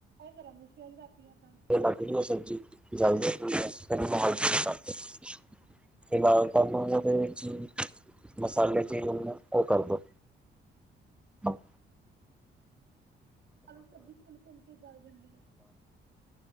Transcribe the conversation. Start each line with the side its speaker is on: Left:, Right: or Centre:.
Right: ਕਰਾਂਗੇ ਅਸੀਂ ਅੱਜ ਰਾਤੀ ਜਾਂ ਕੱਲ
Centre: ਇਹ ਲੱਗ ਰਿਹਾ ਵੈਸੇ, ਜਲਦੀ ਮਾਲ <unintelligible> <unintelligible> ਕੰਮ ਦੇ ਵਿੱਚ ਮਸਾਲੇ ਚੈਜ ਹੋਗੇ ਉਹ ਕਰਦਿਓ। <inaudible>
Right: ਆਲੂ ਸਬਜ਼ੀ ਭੁੰਨ ਭੁੰਨ ਕੇ ਗੱਲ ਜਾਦੀ ਆ।